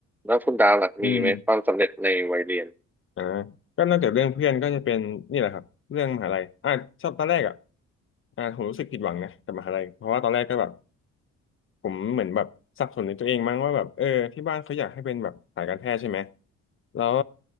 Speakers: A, in the centre; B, on the left.
A: แล้วคุณดาวหลักมีไหมความสำเร็จในวัยเรียน
B: อืมอ่าก็นอกจากเรื่องเพื่อนก็จะเป็นนี่แหละครับเรื่องมหาลัยอ่าชอบตอนแรกอ่ะอ่าผมรู้สึกผิดหวังนะกับมหาลัยเพราะว่าตอนแรกก็แบบผมเหมือนแบบสับสนในตัวเองมั้งว่าแบบเออที่บ้านเขาอยากให้เป็นแบบสายการแพทย์ใช่ไหมแล้ว